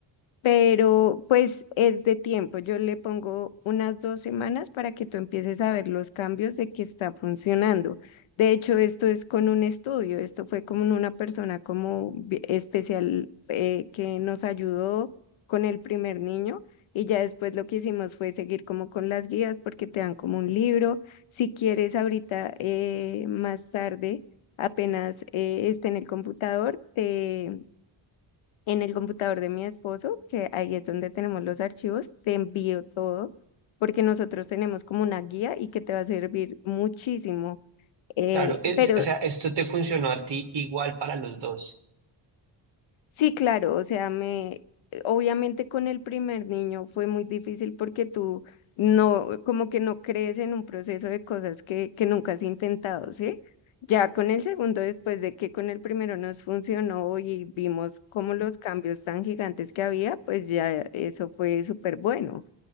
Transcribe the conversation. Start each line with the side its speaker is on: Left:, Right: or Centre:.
Left: pero pues es de tiempo. Yo le pongo unas dos semanas para que tú empieces a ver los cambios de que está funcionando. De hecho, esto es con un estudio, esto fue como en una persona como vi- especial eh, que nos ayudó con el primer niño y ya después lo que hicimos fue seguir como con las guías porque te dan como un libro. Si quieres ahorita eh, más tarde, apenas eh, esté en el computador, te en el computador de mi esposo, que ahí es donde tenemos los archivos, te envío todo, porque nosotros tenemos como una guía y que te va a servir muchísimo. Eh,
Right: Claro, es-
Left: pero
Right: o sea, esto te funcionó a ti igual para los dos.
Left: sí, claro, o sea, me, obviamente con el primer niño fue muy difícil porque tú no, como que no crees en un proceso de cosas que, que nunca has intentado, ¿sí? Ya con el segundo, después de que con el primero nos funcionó y vimos como los cambios tan gigantes que había, pues ya eso fue súper bueno.